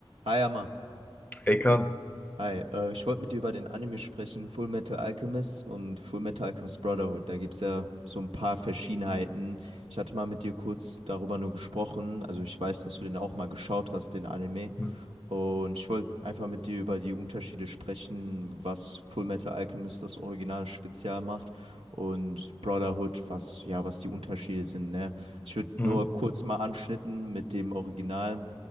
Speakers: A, on the right; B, on the left.
A: Hi, Amma.
B: Ey, Kahn.
A: Hi, äh, ich wollte mit dir über den Anime sprechen, Full Metal Alchemist und Full Metal Alchemist Brotherhood. Da gibt es ja so ein paar Verschiedenheiten. Ich hatte mal mit dir kurz darüber nur gesprochen. Also ich weiß, dass du den auch mal geschaut hast, den Anime.
B: Mhm.
A: Und ich wollte einfach mit dir über die Unterschiede sprechen, was Full Metal Alchemist das Original speziell macht und Brotherhood, was ja, was die Unterschiede sind, ne? Ich würde nur
B: Mhm.
A: kurz mal anschnitten mit dem Original